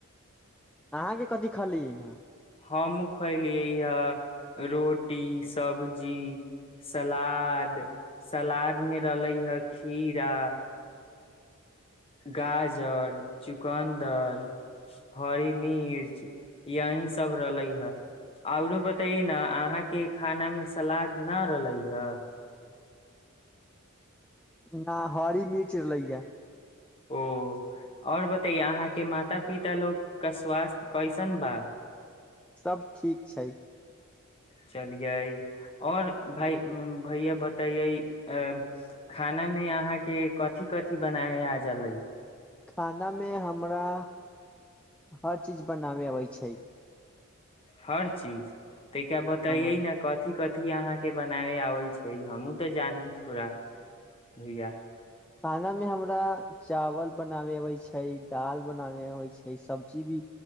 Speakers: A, in the centre; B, on the left.
A: अहाँके कथी खली ने
B: हमहु खलिय ये रोटी सब्जी सलाद सलाद मे रहले हे खीरा गाजर चुकन्दर हरी मिर्च यही सब रहले ह औरो बताये न अहाँ के खाना मे सलाद न रहले हे
A: न हरी मिर्च लैय
B: ओ आओर बताैया अहाँके माता पिता लोकोग क स्वास्थ्य कैसन बा
A: सभ ठीक छै
B: चलियै ओर भई भैया बतैये अ खाना मे अहाँ के कथि कथि बनाय आ जलै
A: खाना मे हमरा हर चीज बनाबे अबै छै
B: हर चीज तैका बतैयै
A: हँ
B: ने कथि कथि अथी अहाँ के बनाय आबै छै हमहूँ तऽ जानू थोड़ा भैया
A: खाना मे हमरा चावल बनाबे अबै छै दाल बनाबे अबै छै सब्जी भी